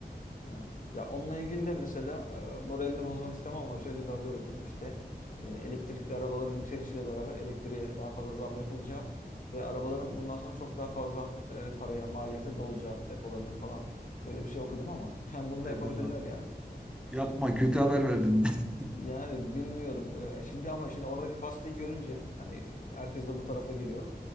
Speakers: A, on the left (about 50°); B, in the centre.
A: Evet. Ya onunla ilgili de mesela e, moralini bozmak istemem ama şöyle bir haber okudum işte e, elektrikli arabaların yükselişiyle beraber elektriğe daha fazla zam yapılacağı ve arabaların bundan sonra çok daha fazla e, paraya maliyete dolacağı depolarının falan böyle bir şey okudum ama <laughs> yani bunu
B: Hayda
A: da yapabilirler yani.
B: yapma kötü haber verdin. <laughs>
A: Yani bilmiyorum. E, şimdi ama şimdi oradaki pastayı görünce hani herkes de bu tarafa geliyor.